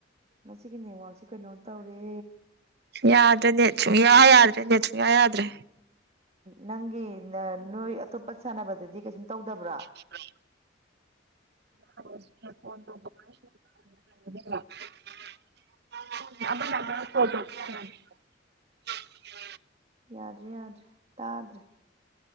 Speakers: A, on the right (about 35°); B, on the right (about 60°).
A: ꯉꯁꯤꯒꯤ ꯅꯦꯠꯋꯥꯛꯁꯦ ꯀꯩꯅꯣ ꯇꯧꯔꯦ
B: ꯌꯥꯗ꯭ꯔꯦ ꯅꯦꯠ ꯁꯨꯡꯌꯥ ꯌꯥꯗ꯭ꯔꯦ ꯅꯦꯠ ꯁꯨꯡꯌꯥ ꯌꯥꯗ꯭ꯔꯦ
A: ꯅꯪꯒꯤ ꯅꯥ ꯅꯣꯏ ꯑꯇꯣꯞꯄ ꯁꯥꯟꯅꯕꯗꯗꯤ ꯀꯩꯁꯨꯝ ꯇꯧꯗꯕ꯭ꯔꯥ
B: INAUDIBLE INAUDIBLE INAUDIBLE
A: ꯌꯥꯗ꯭ꯔꯦ ꯌꯥꯗ꯭ꯔꯦ ꯇꯥꯗ꯭ꯔꯦ